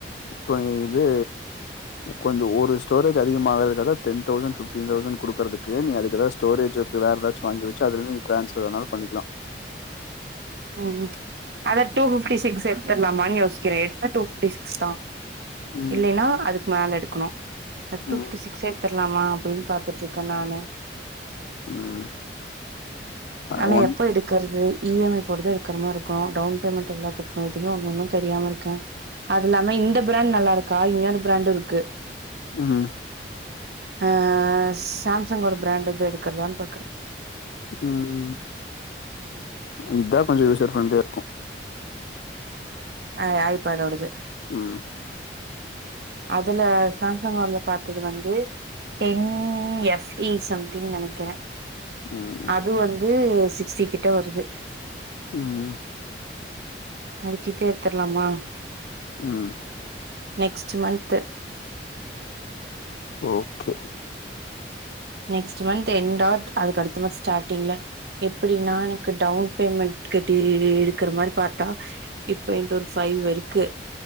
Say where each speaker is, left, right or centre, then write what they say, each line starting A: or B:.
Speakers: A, on the left; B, on the right.
A: இப்போ நீ இது கொஞ்சம் ஒரு ஸ்டோரேஜ் அதிகம் ஆறதுக்க டென் தௌசண்ட் பிப்டீன் தௌசண்ட் குடுக்கறதுக்கு நீ அதுக்கு ஏத ஸ்டோரேஜ் வேற ஏதாச்சும் வாங்கி வச்சு அதுல இருந்து நீ டிரான்சர் எல்லாம் பண்ணிக்கலாம்
B: ஹிம் அத டூ பிப்டி சிகிஸ் எடுத்தரலாமான்னு யோசிக்கிறேன் டூ பிப்டி சிக்ஸ் தான்
A: ம்
B: இல்லைனா அதுக்கு மேல எடுக்கு க்குனு ஓன்
A: ம்
B: பிப்டி சிக்ஸ் எடுத்தரலாம் நாம அப்பிடின்னு பாத்துட்டு இருக்க நாள
A: ம் அஹ்
B: ஆனா
A: ஒன்
B: எப்ப எடுக்கிறது இயி எம்ஐ எடுக்கிற மாரி இருக்கும் டவுன் பேமண்ட் எவ்வுளோ கட்டுனு எதுமே இன்னும் தெரியாம இருக்கேன் அது இல்லாம இந்த பிராண்ட் நல்லா இருக்கா இன்னொரு பிராண்ட இருக்கு
A: ம்
B: ஆஹ சாம்சங்கேட பிராண்ட் எது எடுக்கறதான்னு பாக்குறேன்
A: உம் இதான் கொஞ்சம் யூசர் பிரண்லியா இருக்கும்
B: ஆய் பேட்டோடது
A: ஹிம்
B: அதுல சாம்சங் பாத்தது வந்து டென் எஸ்யி சம்திங்னு நினைக்கிறேன்
A: ம்
B: அது வந்து சிக்ஸ்டி கிட்ட வருது
A: உம்
B: அதுக்கிதே எடுத்துரலாமா
A: <unintelligible>
B: next month
A: okay
B: next month என் டாட் அதுக்கு அடுத்த மாச ஸ்டார்டிங்ல எப்படின்னா எனக்கு டவுட் பேமெண்ட் கட்டி எடுக்கற மாரி பாத்தா இப்ப என்ட ஒரு பைஃவ் இருக்கு